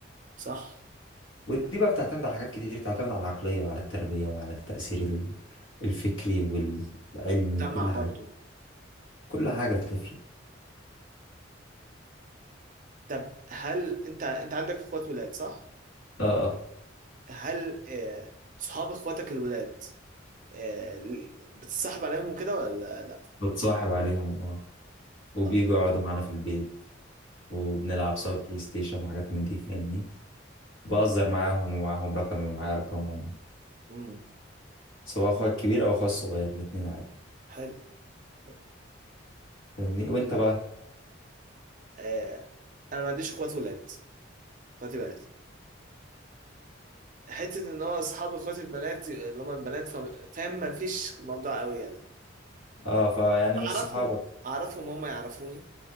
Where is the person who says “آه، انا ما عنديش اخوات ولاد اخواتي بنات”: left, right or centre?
Right